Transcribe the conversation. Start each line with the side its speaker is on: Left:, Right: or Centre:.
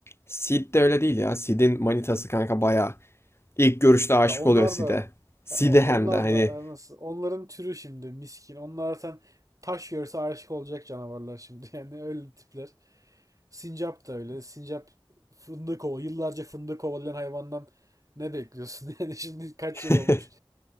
Left: Sid de öyle değil ya. Sid'in manitası kanka bayağı. İlk görüşte aşık
Right: Ya onlar
Left: oluyor Sid'e.
Right: da
Left: Sid'e
Right: ya onlar
Left: hem de hani.
Right: da e, nasıl onların türü şimdi miskin. Onlar zaten taş görse aşık olacak canavarlar şimdi. <laughs> Yani öyle tipler. Sincap da öyle. Sincap fındık kova. Yıllarca fındık kovalayan hayvandan ne bekliyorsun? <laughs> Yani şimdi kaç
Left: <laughs>
Right: yıl olmuş?